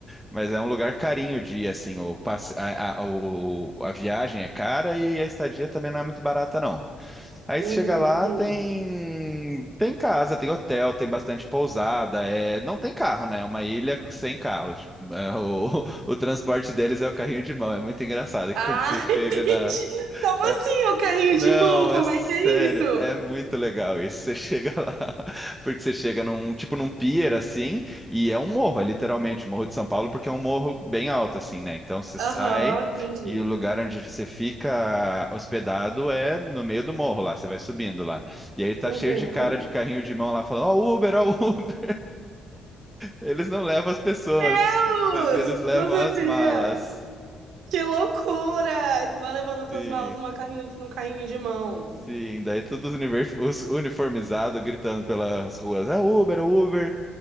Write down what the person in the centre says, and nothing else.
mas é um lugar carinho o dia, assim, o, passe- a, a, o- a viagem é cara e a estadia também não é muito barata, não. Aí
você chega lá,
tem tem casa, tem hotel, tem bastante pousada, é, não tem carro, né? É uma ilha sem carros. É, O, <laughs> o transporte deles é o carrinho de mão, é muito engraçado
que quando você chega
na,
é,
não,
é sério,
é muito legal isso. Você chega lá, <laughs> porque você chega num tipo num pier assim, e é um morro, é literalmente o Morro de São Paulo, porque é um morro bem alto assim, né? Então você
sai
e o lugar onde você fica hospedado é no meio do morro lá, você vai subindo lá. E aí tá
cheio de cara de carrinho de mão lá falando: "Ó, Uber, ó, <laughs> Uber". Eles não levam as pessoas,
mas eles levam
as malas.
Sim.
Sim, daí todos univer- os uniformizados gritando pelas ruas, é Uber, é Uber.